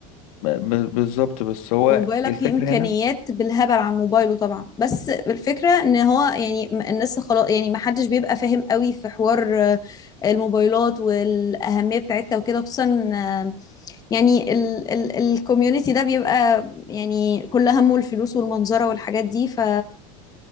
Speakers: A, on the left (about 75°); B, on the left (about 20°).
A: ب... ب- بالظبط بس هو
B: وموبايلك
A: الفكرة
B: فيه امكانيات
A: هنا
B: بالهبل عن موبايله طبعا بس الفكره ان هو يعني م- الناس خلاص يعني ما حدش بيبقى فاهم قوي في حوار آه، الموبايلات والاهميه بتاعتها وكده خصوصا آه، يعني ال ال الكوميونتي ده بيبقى يعني كل همه الفلوس والمنظره والحاجات دي ف